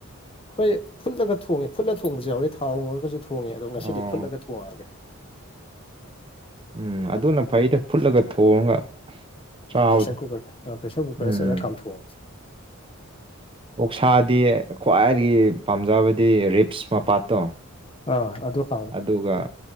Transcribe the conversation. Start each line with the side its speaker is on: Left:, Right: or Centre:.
Left: ꯍꯣꯏ ꯐꯨꯠꯂꯒ ꯊꯣꯡꯉꯦ ꯐꯨꯠꯂ ꯊꯣꯡꯕꯁꯨ ꯌꯥꯎꯋꯤ ꯊꯥꯎ ꯉꯔꯒꯁꯨ ꯊꯣꯡꯉꯦ ꯑꯗꯣ ꯉꯁꯤꯗꯤ
Right: ꯑꯣ
Left: ꯐꯨꯠꯂꯒ ꯊꯣꯡꯉꯛꯑꯒꯦ
Right: ꯎꯝ ꯑꯗꯨꯅ ꯐꯩꯗ ꯐꯨꯠꯂꯒ ꯊꯣꯡꯉꯒ ꯆꯥꯕꯗ
Left: ꯄ꯭ꯔꯦꯁꯔ ꯀꯨꯀꯔ ꯄ꯭ꯔꯦꯁꯔ ꯀꯨꯀꯔꯗ
Right: ꯎꯝ
Left: ꯆꯠꯂ ꯀꯥꯝꯊꯣꯛꯑꯕꯁꯦ
Right: ꯑꯣꯛꯁꯥꯗꯤ ꯈ꯭ꯋꯥꯏꯗꯒꯤ ꯄꯥꯝꯖꯕꯗꯤ ꯔꯤꯞꯁ ꯃꯄꯥꯠꯇꯣ
Left: ꯑꯥ ꯑꯗꯨ ꯍꯥꯎ
Right: ꯑꯗꯨꯒ